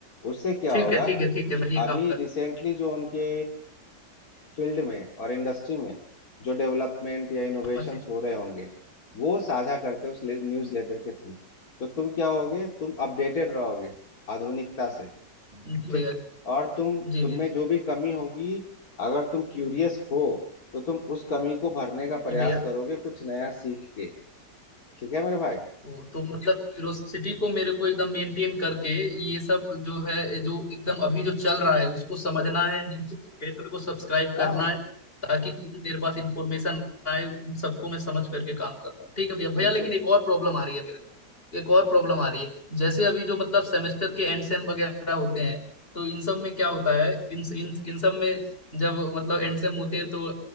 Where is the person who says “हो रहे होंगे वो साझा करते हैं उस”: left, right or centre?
Left